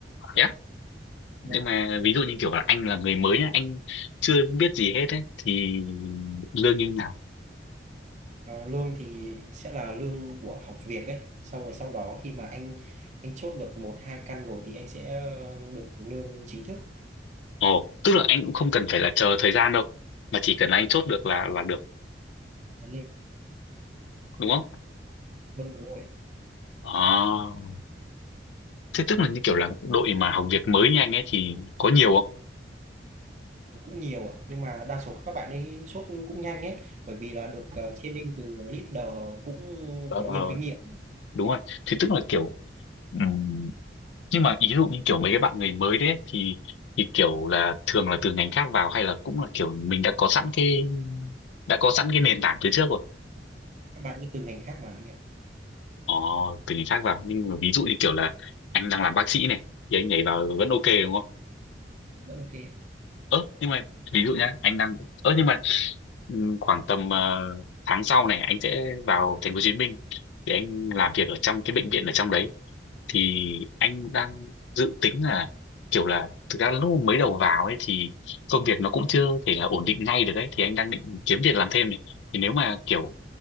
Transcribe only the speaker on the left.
thế á nhưng
mà ví dụ như kiểu là anh là người mới nhá anh chưa biết gì hết ấy thì lương như nào
Ồ, tức là anh cũng không cần phải là chờ thời gian đâu, mà chỉ cần anh chốt được là là được,
đúng không?
Ờ, thế tức là như kiểu là đội mà học việc mới như anh ấy thì có nhiều không?
Ờ,
đúng rồi. Thế tức là kiểu ừm, nhưng mà ý dụ như kiểu mấy cái bạn người mới đấy ấy, thì thì kiểu là thường là từ ngành khác vào hay là cũng là kiểu mình đã có sẵn cái đã có sẵn cái nền tảng từ trước rồi.
Ờ, từ ngành khác vào nhưng mà ví dụ như kiểu là anh đang làm bác sĩ này thì anh nhảy vào vẫn ok đúng không?
ơ nhưng mà ví dụ nhá anh đang ơ nhưng mà ừm, khoảng tầm ờ, tháng sau này anh sẽ vào thành phố Hồ Chí Minh để anh làm việc ở trong cái bệnh viện ở trong đấy thì anh đang dự tính là kiểu là thực ra lúc mới đầu vào ấy thì công việc nó cũng chưa thể là ổn định ngay được ấy thì anh đang định kiếm việc làm thêm này thì nếu mà kiểu